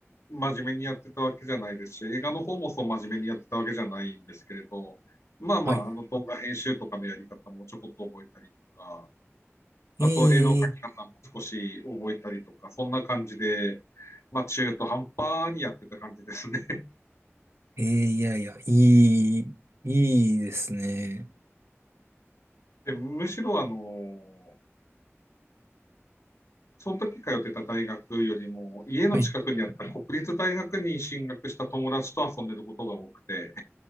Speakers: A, on the left; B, on the right.
A: 真面目にやってたわけじゃないですし、映画の方もそう真面目にやってたわけじゃないんですけれど、まあまあ、
B: はい。
A: あの動画編集とかのやり方もちょこっと覚えたりとか、
B: えー、
A: あと絵の描き方も少し覚えたりとか、そんな感じで、まあ中途半端にやってた感じですね。
B: えー、いやいや、いい、いいですね。
A: <laughs> でむしろあの、その時通ってた大学よりも、家の近くにあった国立大学に進学した友達と遊んでることが多くて、
B: はい。